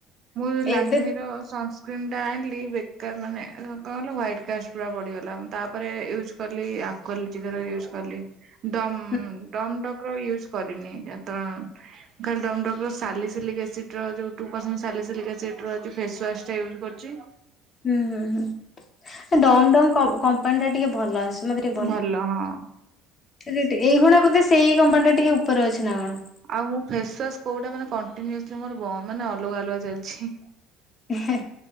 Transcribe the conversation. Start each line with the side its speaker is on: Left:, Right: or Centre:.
Right: ମୁଁ ଲାକମୀର
Left: ଏବେ
Right: ସନସ କ୍ରିମଟା ଆଣିଲି ବେକାର ମାନେ କଣ କହିଲ ହ୍ୱଇଟକାଷ୍ଟ ପୁରା ବଢିଗଲା ମୁଁ ତାପରେ ୟୁଜ କଲି ଆକ୍ୱାଲୋଜିକା ର ୟୁଜ କଲି ଡମ୍
Left: ହୁଁ
Right: ଡମ ଡକର ୟୁଜ କରିନି ଏ ତ ମୁଁ ଖାଲି ଡମ ଡକର ସାଲି ସିଲିକ ଏସିଡର ଯୋଉ ଟୁ ପରସେ ସାଲିସିଲିକ ଏସିଡର ଯୋଉ ଫେସୱାସ୍ ଟା ୟୁଜ୍ କରୁଛି।
Left: ହୁଁ ହୁଁ ହୁଁ ଏ ଡମ ଡମ୍ କ କମ୍ପାନୀ ଟା ଟିକେ ଭଲ ଆସେ। ମତେ ଟିକେ ଭଲ୍
Right: ଭଲ ହଁ।
Left: ଏଇ ଖୁଣା ବୋଧେ ସେଇ କମ୍ପାନୀ ଟା ଟିକେ ଉପରେ ଅଛି ନା କଣ।
Right: ଆଉ ମୁଁ ଫେସୱାସ୍ କୋଉଟା ମାନେ କଣ୍ଟିନ୍ୟୁସଲି ମୋର ବ ମାନେ ଅଲଗା ଅଲଗା ଚାଲିଛି।
Left: ଉହେ।